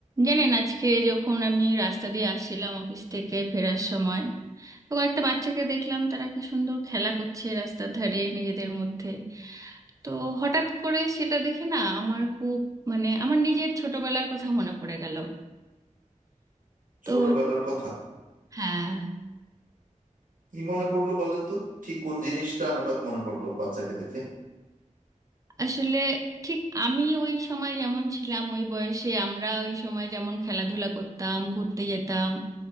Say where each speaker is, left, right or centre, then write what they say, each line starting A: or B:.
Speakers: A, on the right; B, on the right.
A: জানেন আজকে যখন আমি রাস্তা দিয়ে আসছিলাম অফিস থেকে ফেরার সময় তো কয়েকটা বাচ্চাকে দেখলাম তারা কি সুন্দর খেলা করছে রাস্তার ধারে নিজেদের মধ্যে তো হঠাৎ করে সেটা দেখে না আমার খুব মানে আমার নিজের ছোটবেলার কথা মনে পড়ে গেল তো
B: ছোটবেলার কথা
A: হ্যাঁ
B: কি মনে পড়লো বলেন তো ঠিক কোন জিনিসটা হঠাৎ মনে পড়লো বাচ্চাকে দেখে
A: আসলে ঠিক আমি ওই সময় যেমন ছিলাম ওই বয়সে আমরা ওই সময় যেমন খেলাধুলা করতাম ঘুরতে যেতাম